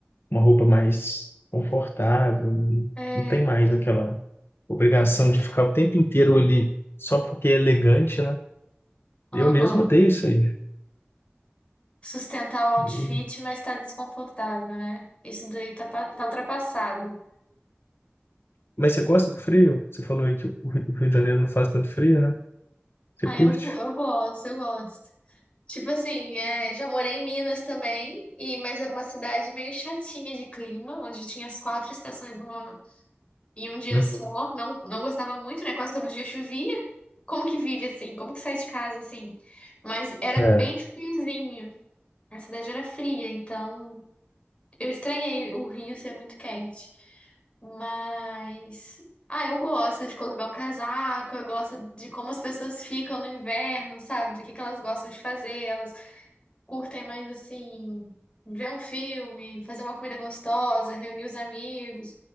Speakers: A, on the left; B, on the left.
A: uma roupa mais confortável, não
B: É,
A: não tem mais aquela obrigação de ficar o tempo inteiro ali só porque é elegante, né?
B: aham.
A: Eu mesmo odeio isso aí.
B: Sustentar o outfit,
A: Eu-
B: mas tá desconfortável, né? Isso daí tá, pa- tá ultrapassado.
A: Mas você gosta do frio? Você falou aí que o Rio o Rio de Janeiro não faz tanto frio, né? Você
B: Ah,
A: curte?
B: eu, eu gosto, eu gosto. Tipo assim, é, já morei em Minas também, e mas era uma cidade meio chatinha de clima, onde tinha as quatro estações numa, em um dia
A: Uhum.
B: só. Não, não gostava muito, né? Quase todo dia chovia. Como que vive assim? Como que sai de casa assim? Mas era
A: É,
B: bem friozinho. A cidade era fria, então. Eu estranhei o Rio ser muito quente, mas ah, eu gosto de colocar um casaco, eu gosto de como as pessoas ficam no inverno, sabe? Do que que elas gostam de fazer, elas curtem mais assim, ver um filme, fazer uma comida gostosa, reunir os amigos.